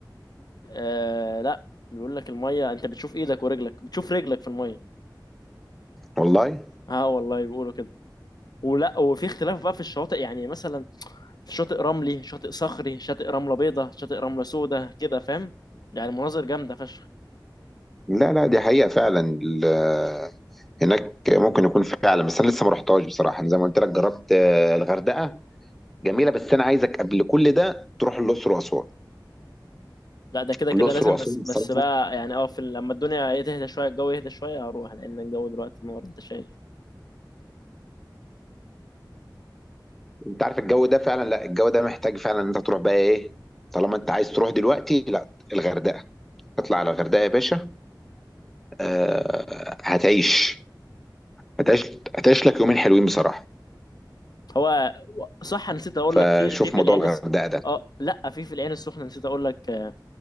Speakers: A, on the left; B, in the centre.
A: آه لا بيقول لك الميه انت بتشوف ايدك ورجلك بتشوف رجلك في الميه
B: والله
A: اه والله بيقولوا كده ولا وفي اختلاف بقى في الشواطئ يعني مثلا شاطئ رملي شاطئ صخري شاطئ رملة بيضة شاطئ رملة سودة كده فاهم يعني مناظر جامدة فشخ
B: لا لا دي حقيقة فعلا ال- هناك ممكن يكون فعلا بس انا لسه ما رحتهاش بصراحة انا زي ما قلت لك جربت آه، الغردقة جميلة بس انا عايزك قبل كل ده تروح الاقصر واسوان
A: لا ده كده كده
B: الاقصر
A: لازم
B: واسوان
A: بس
B: بصراحة
A: بس بقى يعني اه في ال- لما الدنيا إيه تهدى شوية الجو يهدى شوية هروح لأن الجو دلوقتي نور أنت شايف
B: انت عارف الجو ده فعلا لا الجو ده محتاج فعلا ان انت تروح بقى ايه طالما انت عايز تروح دلوقتي لا الغردقة اطلع على الغردقة يا باشا آه، هتعيش هتعيش هتعيش لك يومين حلوين بصراحة
A: هو صح نسيت أقول
B: فشوف
A: لك في في في
B: موضوع
A: العين
B: الغردقة
A: الس...
B: ده
A: اه لا في في العين السخنة نسيت أقول لك آه،